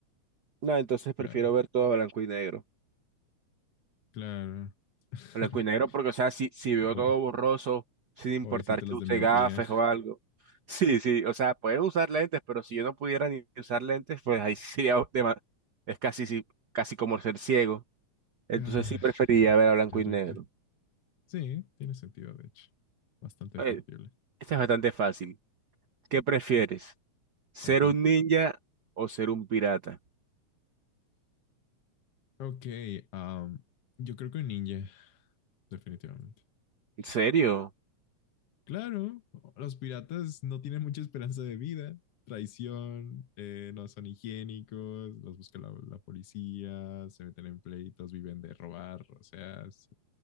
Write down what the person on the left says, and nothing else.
Claro,
claro. <laughs>
Po-
Pobrecita
las
de miopía.
Claro,
claro.
claro. Sí, tiene sentido, de hecho. Bastante
factible.
Ajá.
Ok, am, yo creo que un ninja, definitivamente.
Claro, los piratas no tienen mucha esperanza de vida. Traición, eh, no son higiénicos, los busca la, la policía, se meten en pleitos, viven de robar, o sea, es-